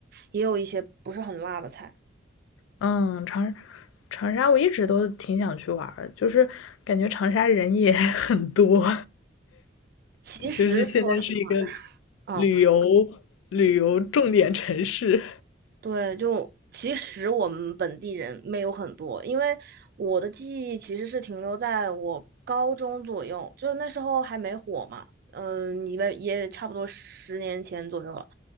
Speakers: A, on the right; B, on the left.
A: 也有一些不是很辣的菜。
B: 嗯，长长沙我一直都挺想去玩儿的就是感觉长沙人也 <laughs> 很多，
A: 其实说实话，
B: 就是现在是一个
A: 啊、
B: 旅游旅游重点城市。
A: 对，就其实我们本地人没有很多，因为我的记忆其实是停留在我高中左右，就那时候还没火嘛，嗯、你们也差不多十年前左右了。